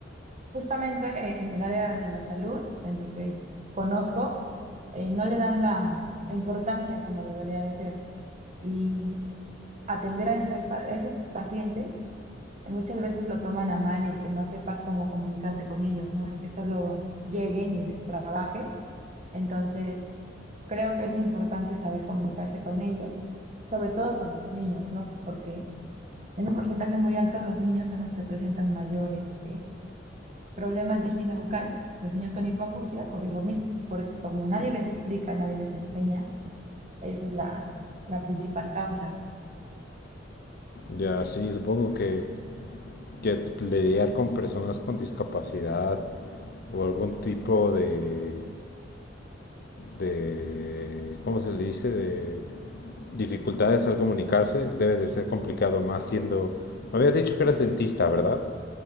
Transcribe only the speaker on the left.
Ya, sí, supongo que, que t- lidiar con personas con discapacidad o algún tipo de, de, ¿cómo se le dice? De dificultades al comunicarse, debe de ser complicado, más siendo... Me habías dicho que eras dentista, ¿verdad?